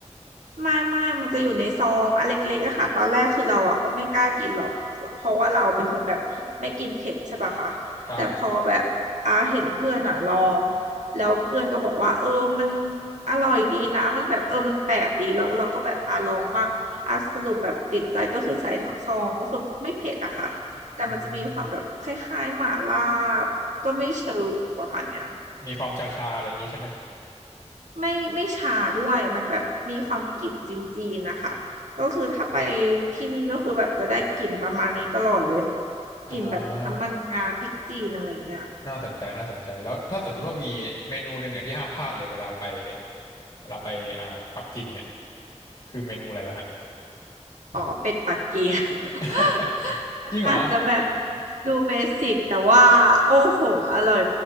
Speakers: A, on the right (about 85°); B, on the left (about 45°).
A: ไม่ไม่มันจะอยู่ในซองอันเล็กๆอะค่ะตอนแรกคือเราอะก็ไม่กล้ากินหรอก เพราะว่าเราเป็นคนแบบไม่กินเผ็ดใช่ปะคะแต่พอแบบอาเห็นเพื่อนอะลอง
B: ครับผม
A: แล้วเพื่อนก็บอกว่าเออมันอร่อยดีนะมันแบบเออมันแปลกดีแล้วเราก็แบบอาลองมาอาสรุปแบบติดใจก็คือใส่ทั้งซองก็คือไม่เผ็ดอะค่ะแต่มันจะมีความแบบคล้ายๆหม่าล่า
B: อืม
A: ก็ไม่เชิงประมาณเนี้ย
B: มีความชาๆอะไรอย่างงี้ใช่ไหม
A: ไม่ไม่ชาด้วยมันแบบมีความกลิ่นจีนๆนะคะก็คือถ้าไปที่นี่ก็คือแบบจะได้กลิ่นประมาณนี้ตลอดเลยกลิ่นแบบน้ำมันงาพริกจีนอะไรเงี้ย
B: อ่าน่าสนใจน่าสนใจแล้วถ้าสมมุติว่ามีเมนูหนึ่งเนี่ยที่ห้ามพลาดเลยเวลาไปเวลาไปอ่าปักกิ่งเนี่ยคือเมนูอะไรล่ะฮะ
A: อ๋อเป็ดปักกิ่ง <laughs>
B: <laughs>
A: มันอาจจะแบบ
B: จริงเหรอ
A: ดูเบสิกแต่ว่าโอ้โหอร่อย